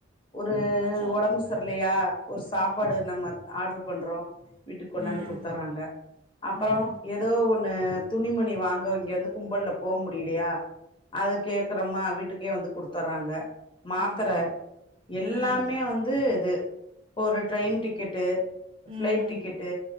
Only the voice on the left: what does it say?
ஒரு
ஒடம்பு சர்லையா ஒரு சாப்பாடு
நம்மத் ஆட்ரு பண்றோ வீட்டுக் கொண்டாந்து
குடுத்தர்றாங்க அப்பறோ
எதோ ஒ ன்ன துணிமணி வாங்க இங்கந்து கும்பல்ல போவ் முடிலியா அத கேக்கறமா வீட்டு கே வந்து குடுத்தர்றாங்க மாத்தர
எல்லாமே
வந்து இது இப்ப ஒரு ட்ரெயின் டிக்கெட்டு ஃபிளைட்
டிக்கெட்டு